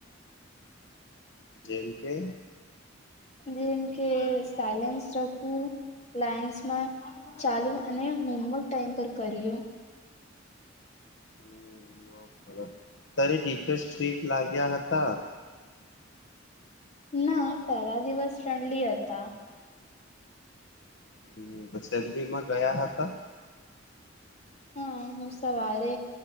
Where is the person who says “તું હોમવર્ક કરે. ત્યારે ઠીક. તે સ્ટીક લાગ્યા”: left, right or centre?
Left